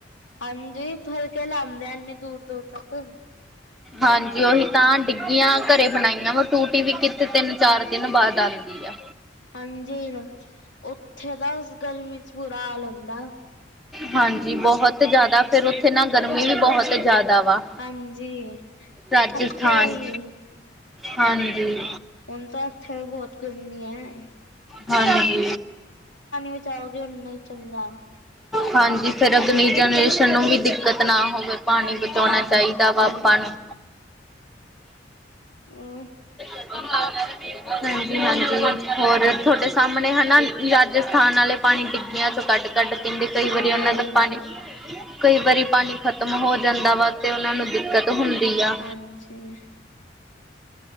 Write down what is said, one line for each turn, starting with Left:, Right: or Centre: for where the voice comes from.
Left: ਹਾਂਜੀ, ਫਲਕੇ ਲਾਦੇਆਂ ਐਨੀ ਦੂਰ-ਦੂਰ ਤੱਕ।
Centre: ਹਾਂਜੀ, ਉਹੀ ਤਾਂ ਡਿੱਗੀਆਂ ਘਰੇ ਬਣਾਈਆਂ ਵਾ। ਟੂਟੀ ਵੀ ਕਿੱਥੇ ਤਿੰਨ, ਚਾਰ ਦਿਨ ਬਾਅਦ ਆਂਦੀ ਆ।
Left: ਹਾਂਜੀ, ਉੱਥੇ ਤਾਂ ਗਰਮੀ ਚ, ਬੁਰਾ ਹਾਲ ਹੁੰਦਾ।
Centre: ਹਾਂਜੀ ਬਹੁਤ ਜ਼ਿਆਦਾ ਫੇਰ, ਉੱਥੇ ਨਾ ਗਰਮੀ ਵੀ ਬਹੁਤ ਜ਼ਿਆਦਾ ਵਾ।
Left: ਹਾਂਜੀ,
Centre: ਰਾਜਸਥਾਨ
Left: ਇਥੇ ਵੀ।
Centre: ਹਾਂਜੀ।
Left: ਹੁਣ, ਤਾਂ ਇੱਥੇ ਵੀ, ਬਹੁਤ ਗਰਮੀ ਐ।
Centre: ਹਾਂਜੀ,
Left: ਬਚਾਓਗੇ ਓਨਾ ਹੀ ਚੰਗਾ
Centre: ਹਾਂਜੀ। ਫੇਰ, ਅਗਲੀ ਜਨਰੇਸ਼ਨ ਨੂੰ ਵੀ, ਦਿੱਕਤ ਨਾ ਹੋ ਫੇ, ਪਾਣੀ
Left: ਹਾਂਜੀ
Centre: ਬਚਾਉਣਾ
Left: ਹਾਂਜੀ।
Centre: ਚਾਈਦਾ ਵਾ, ਆਪਾਂ ਨੂੰ।
Left: ਹੂੰ।
Centre: ਹਾਂਜੀ-ਹਾਂਜੀ, ਹੋਰ ਤੁਹਡੇ ਸਾਹਮਣੇ, ਹਨਾ। ਰਾਜਸਥਾਨ ਆਲੇ ਪਾਣੀ ਡਿੱਗੀਆਂ ਚੋਂ, ਕੱਢ-ਕੱਢ ਪੀਂਦੇ। ਕਈ
Left: ਹਾਂਜੀ
Centre: ਵਾਰੀ ਉਹਨਾਂ
Left: ਹਾਂਜੀ
Centre: ਦਾ ਪਾਣੀ। ਕਈ ਵਾਰੀ ਪਾਣੀ, ਖਤਮ ਹੋ ਜਾਂਦਾ ਵਾ। ਤੇ ਉਹਨਾਂ ਨੂੰ ਦਿੱਕਤ ਹੁਨ- ਦੀਆਂ।
Left: ਹਾਂਜੀ